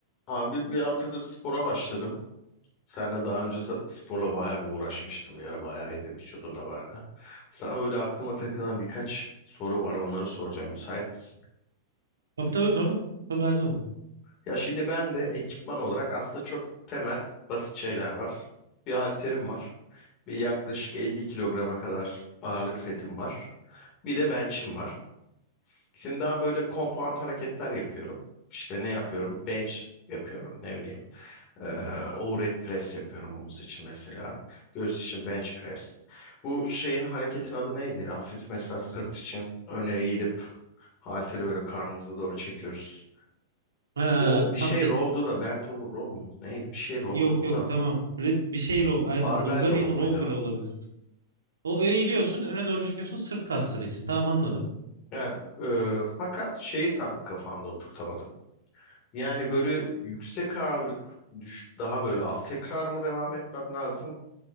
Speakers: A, on the left; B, on the right.
A: Abi bir haftadır spora başladım. Senle daha önce sa- sporla bayağı bir uğraşmıştım. Bir ara bayağı iyi bir vücudunda vardı. Sana böyle aklıma takılan birkaç soru var. Onları soracağım. Müsait misin?
B: Tabii tabii tabii. Tabii her zaman.
A: Ya şimdi ben de ekipman olarak aslında çok temel, basit şeyler var. Bir halterim var. Bir yaklaşık 50 kilograma kadar ağırlık setim var. Bir de bench'im var. Şimdi daha böyle compound hareketler yapıyorum. İşte ne yapıyorum? Bench yapıyorum. Ne bileyim. Ee, overhead press yapıyorum omuz için mesela. Göğüs için bench press. Bu şeyin hareketin adı neydi ya? Hafif mesela sırt için öne eğilip halteri böyle karnımıza doğru çekiyoruz.
B: Ha,
A: Row bir
B: tab
A: şey
B: de-
A: row'du da bent over row muydu? Neydi? Bir şey row'du
B: yok
A: o
B: yok
A: da.
B: tamam. Re- bir şey row aynen.
A: Barbell
B: Bulgarian
A: row
B: row
A: muydu?
B: bile olabilir. O eğiliyorsun öne doğru çekiyorsun sırt kasları için. Tamam anladım.
A: Yani, e, fakat şeyi tam kafamda oturtamadım. Yani böyle yüksek ağırlık düş daha böyle az tekrar mı devam etmem lazım?